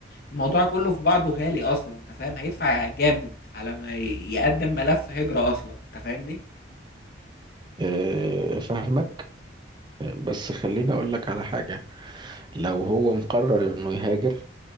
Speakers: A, on the left; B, on the right.
A: والموضوع كله في بعضه غالي اصلا انت فاهم هيدفع جامد على ما ي- يقدم ملف هجرة اصلا انت فاهمني
B: آه، فاهمك بس خليني أقول لك على حاجة لو هو مقرر إنه يهاجر